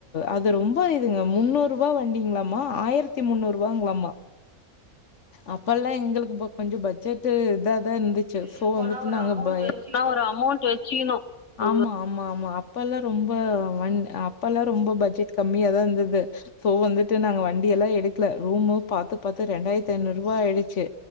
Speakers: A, on the left; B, on the right.
A: அது ரொம்ப இதுங்க முன்னூறு ரூபா வண்டிங்களாமா ஆயிரத் தி முன்னூறு ரூபாங்களாமா அப்பெல்லா எங்களுக்கு ப்ப கொஞ்சோ பட்ஜெட் இதாதா இருந்துச்சு
B: வெளிய
A: சோ
B: போனா
A: வந்துட்டு
B: ஒரு
A: நாங்க
B: அமௌண்ட்
A: <unintelligible>
B: வச்சுக்கணு
A: ஆனா ஒரு அமௌண்ட் வெச்சிக்கணு ஆமா ஆமா ஆமா அப்பல்லா ரொம்ப அப்பல்லா ரொம்ப பட்ஜெட் கம்மியாதா இருந்தது சோ வந்துட்டு நாங்க வண்டி எல்லா எடுக்கல ரூமு பாத்து பாத்து ரெண்டாயிரத்தி ஐநூறு ரூபா ஆயிடுச்சு